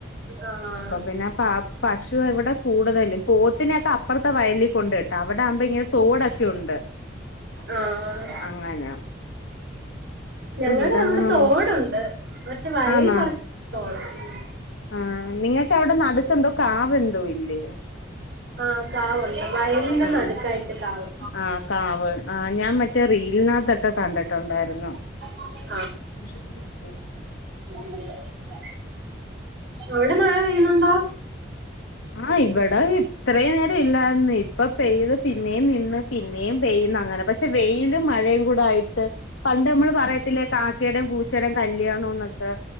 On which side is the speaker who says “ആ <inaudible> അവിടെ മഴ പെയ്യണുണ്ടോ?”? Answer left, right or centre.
Right